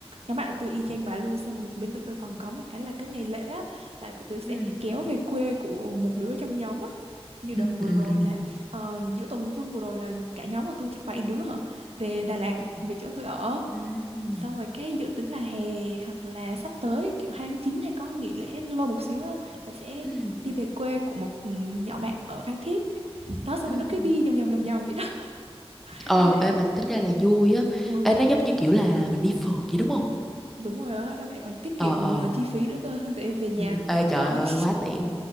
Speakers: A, on the right; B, in the centre.
A: nhóm bạn của tôi y chang bà luôn xong rồi bên tụi tôi còn có một cái là cứ ngày lễ á, là tụi tôi sẽ
B: Ừ.
A: kéo về quê của một đứa trong nhóm á như đợt
B: Ừ.
A: vừa
B: Ừ.
A: rồi
B: Ừ.
A: là ờ, giữa tổ Hùng Vương vừa rồi là cả nhóm của tôi chắc bảy đứa hả về Đà Lạt
B: Ừ.
A: về chỗ tôi ở
B: ừ
A: xong rồi cái dự tính là hè hoặc là sắp tới kiểu hai tháng chín hay có nghỉ lễ lâu một xíu á, là sẽ
B: ừ
A: đi về quê của một ừ, nhỏ bạn ở Phan Thiết đó xong
B: ừ
A: rồi nó
B: ừ.
A: cứ đi vòng vòng vòng vòng vậy đó <laughs>
B: ờ ê mà tính ra là vui á
A: ừ
B: ê nó giống như kiểu là mình đi phượt vậy đúng không
A: đúng rồi đó đã vậy còn tiết
B: ờ
A: kiệm
B: ờ
A: ờ, chi phí nữa cơ <laughs> tại về nhà
B: ừ, ừ. ê trời
A: ở hết
B: ơi quá tiện